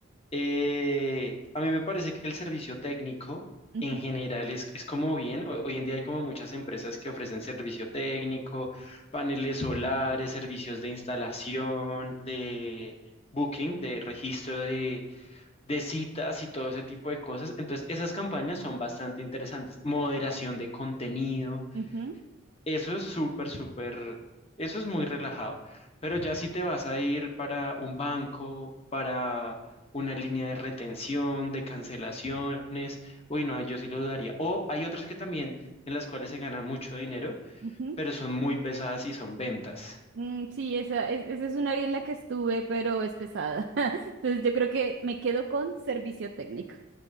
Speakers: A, on the left; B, on the right.
A: Eh, a mí me parece que el servicio técnico
B: ujú,
A: en general es, es como bien, ho- hoy en día hay como muchas empresas que ofrecen servicio técnico, paneles solares, servicios de instalación, de booking, de registro de, de citas y todo ese tipo de cosas. Entonces, esas campañas son bastante interesantes. Moderación de contenido.
B: ujú, ujú,
A: Eso es súper, súper, eso es muy relajado. Pero ya si te vas a ir para un banco, para una línea de retención, de cancelaciones, uy, no, yo sí lo dudaría. O hay otras que también en las cuales se gana mucho dinero,
B: ujú.
A: pero son muy pesadas y son ventas.
B: Mm, sí, esa es, esa es un área en la que estuve, pero es pesada. <laughs> Entonces yo creo que me quedo con servicio técnico.